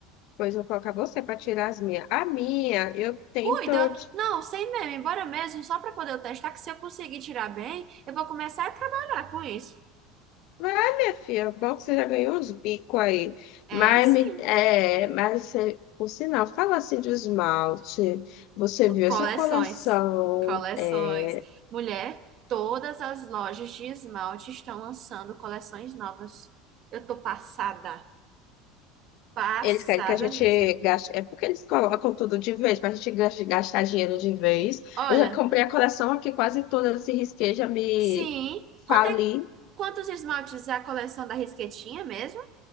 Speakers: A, on the left; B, on the right.
A: Pois vou colocar você para tirar as minhas. A minha, eu tento.
B: Cuida!
A: ti-
B: Não, sem meme, bora mesmo, só para poder eu testar que se eu conseguir tirar bem, eu vou começar a trabalhar com isso.
A: Vai, minha filha, é bom que você já ganhou uns bicos aí.
B: É,
A: Mas,
B: sim.
A: me- é, mas você, por sinal, fala assim de esmalte. Você viu
B: Coleções.
A: essa coleção?
B: Coleções.
A: é,
B: Mulher, todas as lojas de esmalte estão lançando coleções novas. Eu tô passada. Passada
A: eles querem que a gente
B: mesmo.
A: gaste. É porque eles colocam tudo de vez, para a gente gas- gastar dinheiro de vez.
B: Olha,
A: Eu já comprei a coleção aqui, quase toda, se risquei, já me
B: sim. Quanto
A: fali.
B: é- quantos esmaltes é a coleção da Risquetinha mesmo?